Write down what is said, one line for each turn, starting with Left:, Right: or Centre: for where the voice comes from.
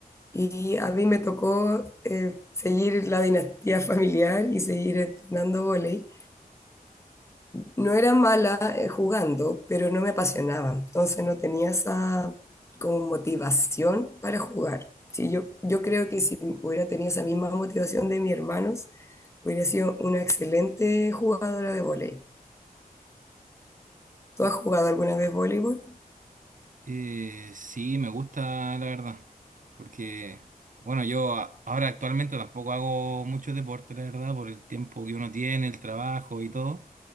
Left: Y a mí me tocó eh, seguir la dinastía <laughs> familiar y seguir entrenando vóley. No era mala eh, jugando, pero no me apasionaba. Entonces no tenía esa como motivación para jugar. Sí, yo, yo creo que si hubiera tenido esa misma motivación de mis hermanos, hubiera sido una excelente jugadora de vóley. ¿Tú has jugado alguna vez voleibol?
Right: Eh, sí, me gusta, la verdad. Porque, bueno, yo a- ahora actualmente tampoco hago mucho deporte, la verdad, por el tiempo que uno tiene, el trabajo y todo.